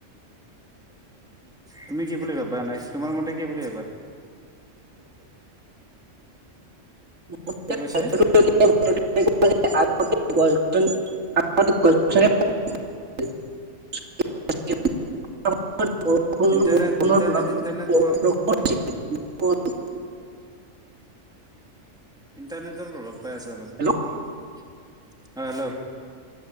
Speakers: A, in the centre; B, on the right.
A: তুমি কি বুলি ভাবা এনাই তোমাৰ মতে কি বুলি ভাবা?
B: <inaudible>
A: কি কৈছে
B: <inaudible> <inaudible>
A: ইণ্টাৰনেট
B: <unintelligible>
A: ইণ্টাৰনেট ইণ্টাৰনেট ইণ্টাৰনেটৰ প্ৰভাৱ পাই আছে অলপ,
B: হেল্ল'
A: অ হেল্ল'